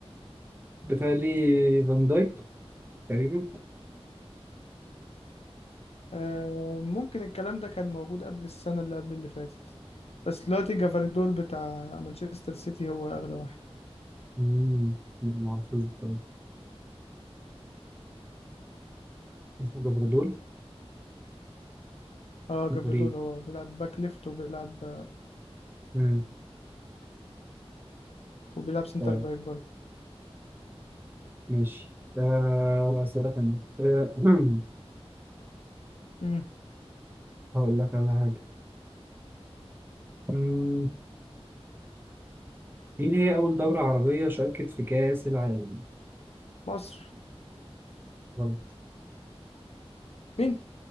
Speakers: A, on the right (about 20°); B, on the left (about 70°).
A: بتهيألي فان دايك تقريبا
B: آه، ممكن الكلام ده كان موجود قبل السنة اللي قبل اللي فاتت بس دلوقتي جافاردول بتاع مانشستر سيتي هو أغلى واحد
A: امم لا، ما اعرفوش بصراحه اسمه جبردول
B: اه جافاردول
A: غريب
B: هو بيلعب باك ليفت وبيلعب
A: مم.
B: وبيلعب سنتر
A: طيب
B: باك برضه
A: ماشي آه أسألك أنا آه <clears throat>
B: مم.
A: هقول لك على حاجة مم. مين هي أول دولة عربية شاركت في كأس العالم؟
B: مصر
A: غلط
B: مين